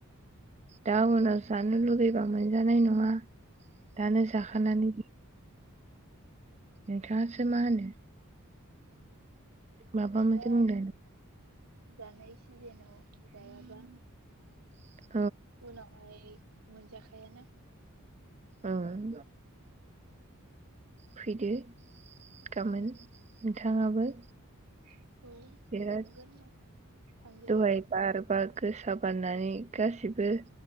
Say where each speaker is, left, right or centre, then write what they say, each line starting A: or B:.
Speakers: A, on the right (about 30°); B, on the right (about 80°).
A: दा उनाव जानो लुुबैबा मोनजानाय नङा। दानो जाखानानै
B: उम
A: नोंथाङासो मा होनो माबा मोनसे
B: दा
A: बुंदो
B: जानाय सिजेनाव जायाबा
A: <inaudible>
B: उनावहाय मोनजाखायाना।
A: उम फैदो गाबोन नोंथाङाबो।
B: <inaudible>
A: बे
B: थांगोन र' थांजायो
A: द'हाय बार बार गोसा बारनानै गासिबो